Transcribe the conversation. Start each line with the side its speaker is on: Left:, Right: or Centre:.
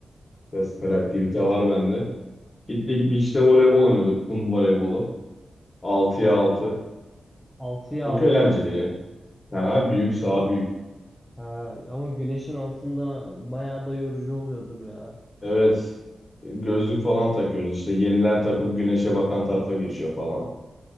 Left: Biraz aktivite var bende. Gittik beach'te voleybol oynadık. Kum voleybolu. Altıya 6.
Centre: 6'ya
Left: Çok
Centre: 6.
Left: eğlenceli ya. Ha, büyük saha büyük.
Centre: Ha, ama güneşin altında bayağı da yorucu oluyordur ya.
Left: Evet. Gözlük falan takıyoruz. İşte yenilen takım güneşe bakan tarafa geçiyor falan.